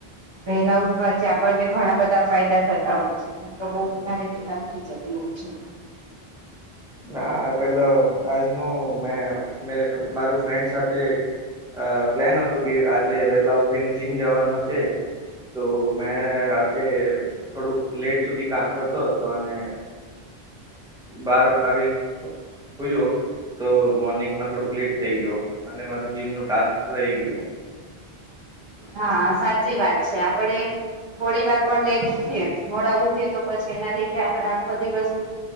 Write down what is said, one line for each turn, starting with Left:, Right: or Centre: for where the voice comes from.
Right: વેલા ઉઠવાથી આપણને ઘણા બધા ફાયદા થતા હોય છે. તો બો વધારે
Centre: હમ.
Right: વેલા ઉઠી જતી હોય છે.
Centre: ના પેલો આજનું મે મારું ફ્રેન્ડ સાથે અ પ્લેન હતું કે આજે વેલા ઉઠીને જીમ જવાનો છે. તો મેં રાતે થોડુંક લેટ સુધી કામ કરતો હતો અને બાર વાગે હુયો તો મોર્નિંગમાં થોડુંક લેટ થઈ ગય અને મારું જીમ નું ટાસ્ક રહી ગયું.
Right: હા સાચી વાત છે આપડે થોડી વાર પણ લેટ ઉઠીએ મોડા ઉઠીએ તો પછી એના લીધે આપડે આખો દિવસ નું